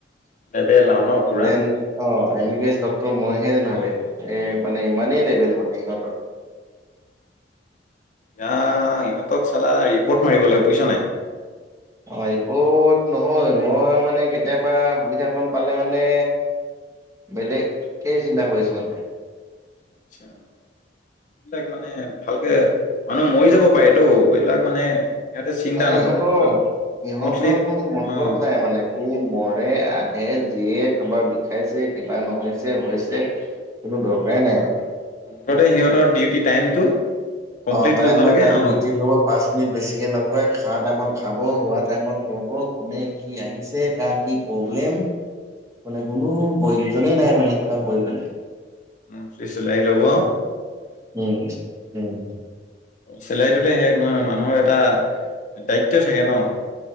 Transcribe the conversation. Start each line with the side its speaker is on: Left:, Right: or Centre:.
Left: লেবেল লাও ন পুৰা।
Right: দেন অ এম বি বি আছ ডক্ ত মইহে ভাবে এ মানে ইমানেই লেভেল মানে। <inaudible>
Left: দা ইহঁতক চালা ৰিপৰ্ট মাৰিব লাগিব বুজিছ নাই,
Right: অ ৰিপত নহয়, মই মানে কেতিয়াবা সুবিধাাকণ পালে মানে বেলেগে চিন্তা কৰিছো মানে।
Left: আচ্ছা এইবিলাক মানে, ভালকে মানুহ মৰি যাব পাৰেটো। এইবিলাক মানে সিহঁতে চিন্তা
Right: মানে
Left: নকৰে
Right: ইহঁতৰ
Left: একদম
Right: ইহঁতৰ
Left: মুঠলি
Right: কোনো মতলব
Left: অ'।
Right: নাই মানে কোন, মৰে, আহে, যিয়ে, কাৰোবাৰ বিষাইছে, কিবা নহৈছে, যে কোনো দৰকাৰাই নাই মানে।
Left: আগতে সিহঁতৰ ডিউটি টাইমটো, কমপ্লিট
Right: অ টাইম
Left: কৰিব
Right: বাই
Left: লাগে
Right: টাইম
Left: অ
Right: ডিউটি কৰিব, পাঁচ মিনিট বেছিকে নকয়, খা টাইমত
Left: অ
Right: খাব, সোৱাদ টাইমত শুব। কোনে কি আহিছে, কাৰ কি প্ৰব্লেম, মানে কোনো প্ৰয়োজনে নাই মানে সেনেকোৱা। ক‌ই পেলাই
Left: মন্ঠলি চিলাৰি ল'ব,
Right: উম উম
Left: চেলাৰিটোতে শেষ নহয় ন, মানুহৰ এটা দায়িত্ব থাকে ন